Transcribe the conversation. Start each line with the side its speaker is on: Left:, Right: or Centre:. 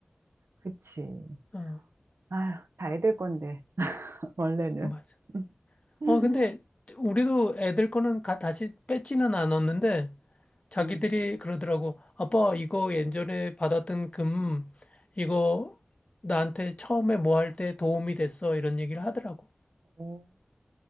Right: 그치.
Left: 어,
Right: 아휴, 다 애들 건데, <laughs> 원래는.
Left: 맞아.
Right: <laughs>
Left: 어, 근데 우리도 애들 거는 가- 다시 뺏지는 않았는데 자기들이
Right: 음.
Left: 그러더라고. 아빠, 이거 예전에 받았던 금, 이거 나한테 처음에 뭐 할 때 도움이 됐어. 이런 얘기를 하더라고.
Right: 오.